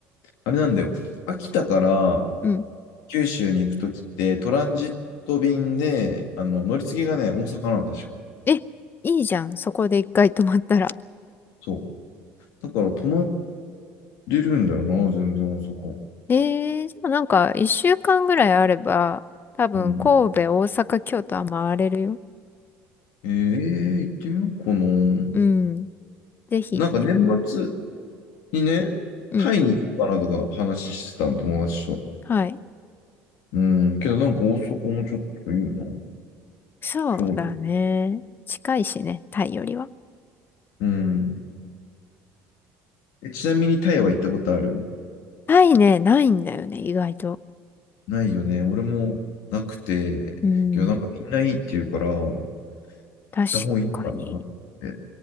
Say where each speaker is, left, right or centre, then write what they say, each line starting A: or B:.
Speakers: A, on the left; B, on the left.
A: あれなんだよ。秋田から
B: うん。
A: 九州に行くときって、トランジット便で、あの、乗り継ぎがね、大阪なの、確か。
B: え、いいじゃん。そこで一回泊まったら。
A: そう。だから、泊まれるんだよな、全然大阪。
B: えー、じゃあなんか一週間ぐらいあれば、多分神戸、
A: うん。
B: 大阪、京都は回れるよ。
A: えー、行ってみようかな。
B: うん。ぜひ。
A: なんか年末にね、
B: うん。
A: タイに行こうかなとか話してたの、友達と。
B: はい。
A: うん。けど、なんか大阪もちょっといいな。
B: そうだね。
A: 今日。
B: 近いしね、タイよりは。
A: うん。え、ちなみにタイは行ったことある
B: タイね、ないんだよね、意外と。
A: ないよね。俺もなくて、
B: うん。
A: けどなんかみんないいって言うから、行っ
B: 確かに。
A: た方がいいのかなって。